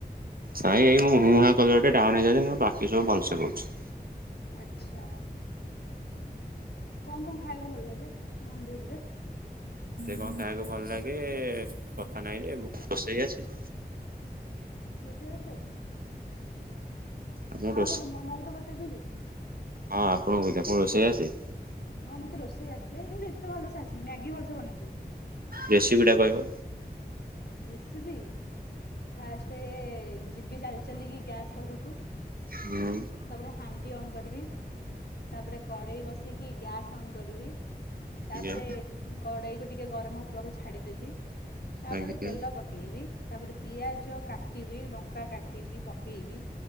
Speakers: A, on the right; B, on the left.
A: ନାଇଁ ଏଇ ମୁଁ ମୁଁହାଁ କହିବା ଟେ ଡାହାଣେ ଯାଉଛି ନହେଲେ ବାକି ସବୁ ଭଲସେ କରୁଚି।
B: ଆଛା। କଁ କଁ ଖାଇବାକୁ ଭଲ ଲାଗେ ନନଭେଜରେ।
A: କଁ ଖାଇବାକୁ ଭଲ ଲାଗେ କଥା ନାହିଁ ଯେ ମୁଁ ରୋଷେଇ ଆସେ।
B: ରଷେଇ ଆସେ।
A: ଆପଣଙ୍କୁ
B: କାହା
A: ରୋଷେ
B: କଥା ମୋ ମୋ କଥା ପଚାରୁଛନ୍ତି।
A: ହଁ ଆପଣ କହୁଛି ଆପଣ ରୋଷେଇ ଆସେ?
B: ହଁ ମତେ ରୋଷେଇ ଆସେ କିନ୍ତୁ ଏତେ ଭଲସେ ଆସନି ମ୍ୟାଗି ଭଲସେ ବନେଇଦେବି।
A: ରେଶିପି ଟା କହିବ।
B: ରେସିପି। ଫାଷ୍ଟ ଯିବି ଚାଲି ଚାଲିକି ଗ୍ୟାସ୍ ପାଖକୁ
A: ହୁଁ
B: ତାପରେ ହ୍ୟାନଦୀ ଅନ୍ କରିବି। ତାପରେ କଡ଼େଇ ବସିକି ଗ୍ୟାସ୍ ଅନ୍ କରିବି।
A: ଆଜ୍ଞା।
B: ତାପରେ କଡେଇ କୁ ଟିକେ ଗରମ ହବାକୁ ଛାଡିଦେବି। ତାପରେ
A: ଆଜ୍ଞା।
B: ତେଲ ପକେଇବି ତାପରେ ପିଆଜ କାଟିବି ଲଙ୍କା କାଟିକି ପକେଇବି।